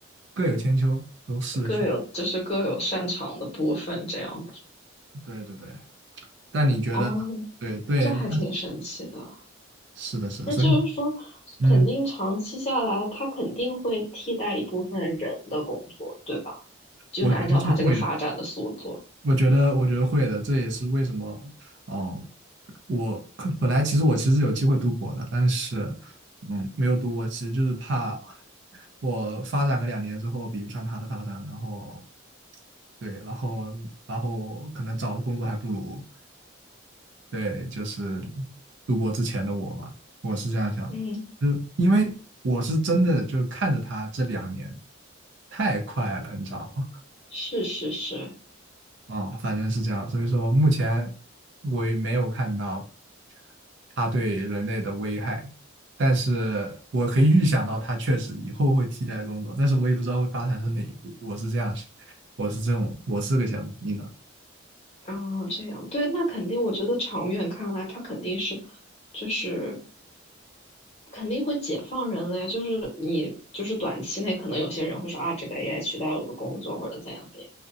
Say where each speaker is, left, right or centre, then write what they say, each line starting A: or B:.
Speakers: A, on the right; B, on the left.
A: 各有千秋，都试着去。
B: 各有就是各有擅长的部分这样子。
A: 对对对，但你觉得，
B: 哦，
A: 对对，
B: 这还挺神奇的。
A: 是的，是的，
B: 那就是说，
A: 所以，嗯，
B: 肯定长期下来，它肯定会替代一部分人的工作，对吧？就是按照它这个发展的速度。
A: 我觉得是会的，我觉得，我觉得会的，这也是为什么，哦，我可本来其实我其实有机会读博的，但是，嗯，没有读博，其实就是怕我发展个两年之后比不上他的发展，然后，对，然后，然后可能找的工作还不如。对，就是读博之前的我嘛，我是这样想的，
B: 嗯，
A: 就因为我是真的就看着他这两年太快了，你知道吗？
B: 是是是，
A: 啊、反正是这样，所以说目前我也没有看到他对人类的危害，但是我可以预想到它确实以后会替代工作，但是我也不知道会发展到哪一步，我是这样想，我是这种，我是个想法，你呢？
B: 嗯，这样对，那肯定，我觉得长远看来，它肯定是，就是肯定会解放人类，就是你就是短期内可能有些人会说啊，这个 AI 取代了我的工作或者怎样怎样，